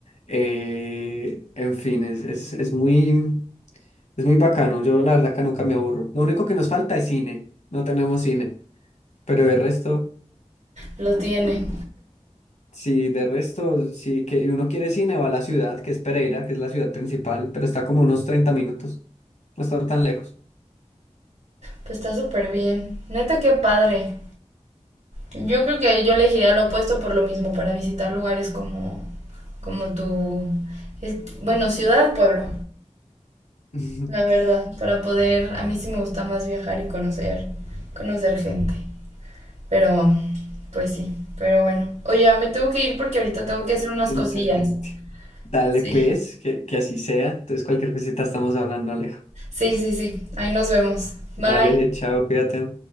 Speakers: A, on the left; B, on the right.
A: eh, en fin, es, es, es muy, es muy bacano. Yo la verdad que nunca me aburro. Lo único que nos falta es cine. No tenemos cine. Pero el resto.
B: Lo tiene.
A: Sí, de resto, sí, que uno quiere cine, va a la ciudad, que es Pereira, que es la ciudad principal, pero está como unos treinta minutos. No está tan lejos.
B: Pues está súper bien. Neta, qué padre. Yo creo que yo elegiría lo opuesto por lo mismo, para visitar lugares como, como tu, es- bueno, ciudad, pueblo,
A: <laughs>
B: la verdad, para poder, a mí sí me gusta más viajar y conocer, conocer gente, pero, pues sí, pero bueno. Oye, ya me tengo que ir porque ahorita tengo que hacer unas
A: Conocer
B: cosillas.
A: gente. Dale,
B: Sí,
A: pues, que, que así sea. Entonces, cualquier cosita estamos hablando, Alejo.
B: sí, sí, sí, ahí nos vemos. Bye.
A: Dale, chao, cuídate.